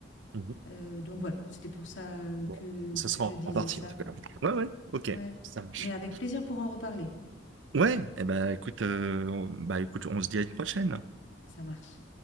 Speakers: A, on the right; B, on the left.
A: Mhm.
B: Euh, donc voilà, c'était pour ça euh,
A: Bon,
B: que
A: ça sera
B: que je
A: en
B: disais
A: en partie,
B: ça.
A: en tout cas. Ouais, ouais, ok,
B: Ouais.
A: ça marche.
B: Mais avec plaisir pour en reparler.
A: Ouais, eh ben écoute, euh, on- bah écoute, on se dit à une prochaine.
B: Ça marche.